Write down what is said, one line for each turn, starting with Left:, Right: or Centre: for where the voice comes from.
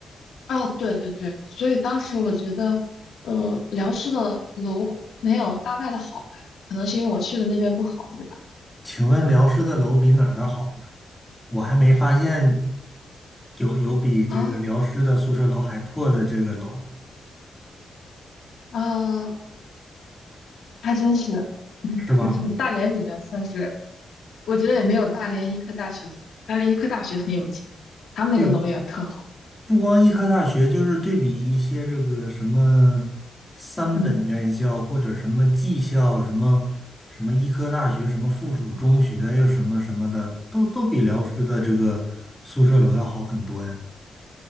Left: 啊，对对对，所以当时我觉得，呃，辽师的楼没有大外的好哎，可能是因为我去的那边不好，对吧？
Centre: 请问辽师的楼比哪儿的好呢？我还没发现有有比这个辽师的宿舍楼还破的这个楼，
Left: 啊啊，还真是，
Centre: 是吧？
Left: 就是 <laughs> 大连里面算是，我觉得也没有大连医科大学好，大连医科大学很有钱，他们那个楼也特好。
Centre: 也不光医科大学，就是对比一些这个什么三本院校或者什么技校，
Left: 嗯
Centre: 什么什么医科大学，什么附属中学，又什么什么的，都都比辽师的这个宿舍楼要好很多呀。